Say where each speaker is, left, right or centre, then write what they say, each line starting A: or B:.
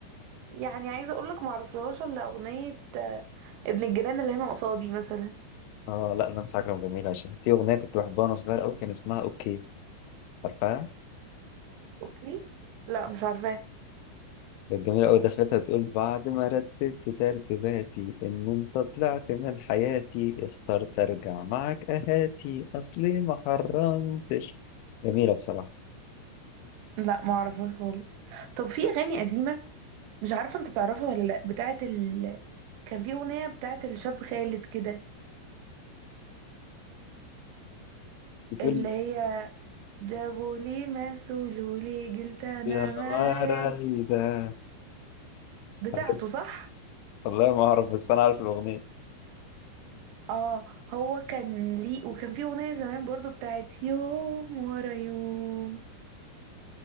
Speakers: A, on the right (about 85°); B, on the left (about 75°).
A: يعني عايزة أقولك معرفلهاش إلا أغنية آه ابن الجيران اللي هنا قصادي مثلا
B: اه لا نانسي عجرم جميله عشان في اغنيه كنت بحبها وانا صغير قوي كان اسمها اوكي عارفها
A: أوكي لا مش عارفاه
B: كانت جميلة أوي دخلتها تقول بعد ما رتبت ترتيباتي إن أنت طلعت من حياتي اخترت أرجع معك أهاتي أصلي ما حرمتش جميلة بصراحة
A: لا معرفهاش خالص طب في أغاني قديمة مش عارفة أنت تعرفها ولا لأ بتاعت ال... كان في أغنية بتاعت الشاب خالد كده
B: بتقول
A: اللي هي جابوا لي ما سولوا لي قلت انا
B: يا مرايدة
A: ما راي بتاعته
B: عارف-
A: صح
B: والله ما أعرف بس أنا عارف الأغنية
A: اه هو كان ليه وكان في اغنيه زمان برضو بتاعت يوم ورا يوم